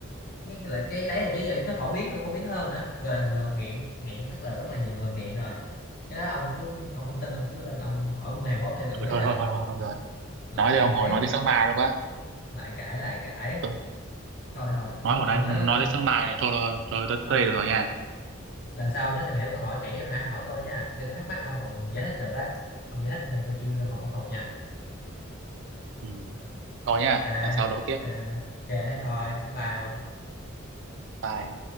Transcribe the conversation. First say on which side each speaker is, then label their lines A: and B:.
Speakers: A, on the left; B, on the right.
A: Mấy cái lại cái đấy là chứ giờ nó phổ biến cũng phổ biến hơn nữa gọi là ngờ- nghiện nghiện tức là rất là nhiều người nghiện rồi cái đó ông cứ ông không tin ông cứ lên ông hỏi một người Hàn Quốc thì là ông
B: Ừ,
A: biết
B: thôi
A: à
B: thôi thôi thôi, thôi, rồi.
A: lại
B: Nói đây
A: cãi
B: ông hồi nói tới sáng mai luôn quá.
A: lại cãi lại cãi
B: Tôi,
A: thôi thôi
B: nói
A: mốt
B: hồi
A: ông
B: nay
A: nhớ
B: nói
A: ờ,
B: tới sáng mai này thôi rồi, rồi tôi
A: ông
B: tới đây được rồi nha.
A: lần sau nhớ tìm hiểu câu hỏi kỹ em hãy hỏi tôi nha để tôi thắc mắc ông còn giải thích được đấy ông giải thích nè, tôi chưa làm phục khắc phục nha
B: Ừ, thôi nha,
A: ok
B: lần sau đấu tiếp.
A: ok ok thế thôi bye ông
B: Bye.